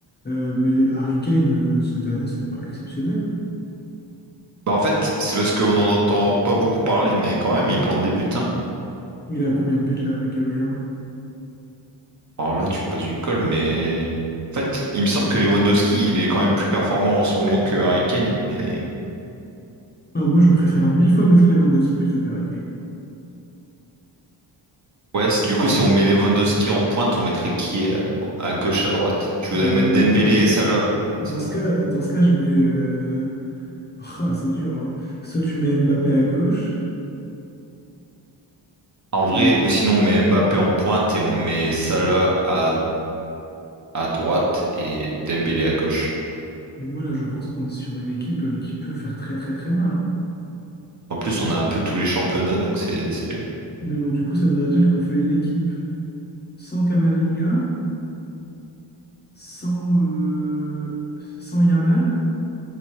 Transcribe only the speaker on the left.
Euh, mais Harry Kane, euh, cette année, c'est pas exceptionnel.
Il a combien de buts, là, avec le Bayern?
Ah, moi, je préfère mille fois mettre Lewandowski plutôt qu'Harry Kane.
Bah,
alors,
dans,
dans
ce
cas, dans ce cas, je mets... euh, Ah, c'est dur, hein. Soit tu mets Mbappé à gauche,
et,
et moi là je pense qu'on est sur une équipe euh, qui peut faire très très très mal. hein.
Mais bon, du coup, ça voudrait dire qu'on fait une équipe sans Kamavinga, sans, euh, sans Yamal.